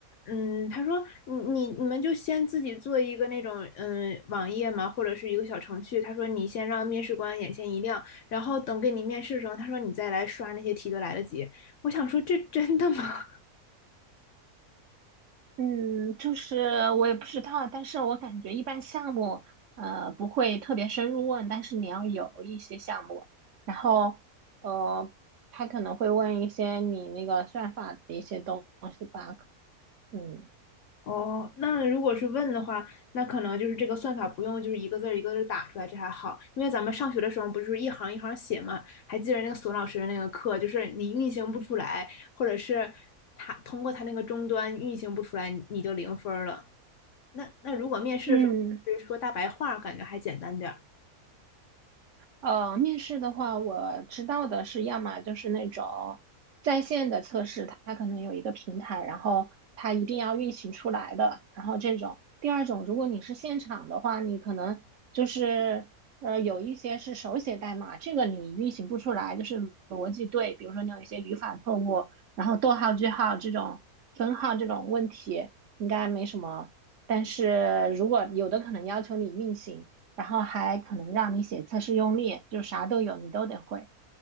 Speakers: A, on the left (about 65°); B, on the right (about 60°).
A: 嗯，他说你你你们就先自己做一个那种嗯网页嘛，或者是一个小程序，他说你先让面试官眼前一亮，然后等给你面试的时候，他说你再来刷那些题都来得及。我想说这真的吗？
B: 嗯，就是我也不知道，但是我感觉一般项目，呃，不会特别深入问，但是你要有一些项目，然后，呃，他可能会问一些你那个算法的一些东西吧，嗯
A: 哦，那如果是问的话，那可能就是这个算法不用就是一个字儿一个字儿打出来，这还好，因为咱们上学的时候不是一行一行写嘛，还记得那个索老师的那个课，就是你运行不出来，或者是他通过他那个终端运行不出来，你就零分儿了。那那如果面试的时候就是说大白话儿感觉还简单点儿。
B: 嗯。呃，面试的话，我知道的是，要么就是那种在线的测试，它可能有一个平台，然后它一定要运行出来的，然后这种。第二种，如果你是现场的话，你可能就是呃有一些是手写代码，这个你运行不出来，就是逻辑对，比如说你有一些语法错误，然后逗号、句号这种分号这种问题应该没什么，但是如果有的可能要求你运行。然后还可能让你写测试用例，就啥都有，你都得会。